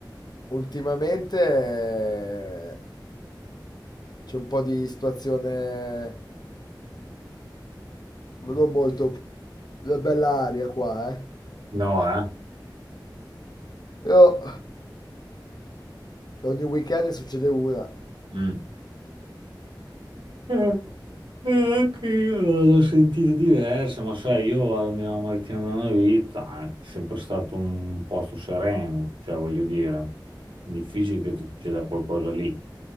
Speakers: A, on the left; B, on the right.
A: ultimamente eh, c'è un po' di situazione non molto la bella aria qua, eh.
B: No, eh?
A: Io- ogni weekend ne succede una.
B: Mm. Eh, eh, anche io l'ho sentita diversa, ma sai, io vado a Milano Martina da una vita, è sempre stato un posto sereno, cioè voglio dire, difficile che ti succeda qualcosa lì.